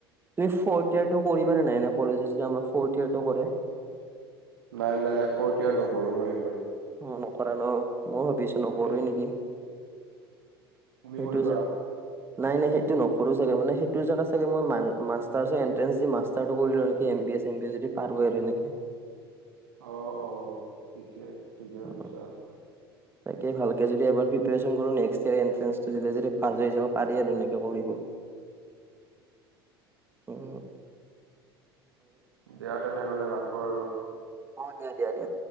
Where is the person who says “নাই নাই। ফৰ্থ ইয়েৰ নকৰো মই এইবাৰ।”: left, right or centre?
Right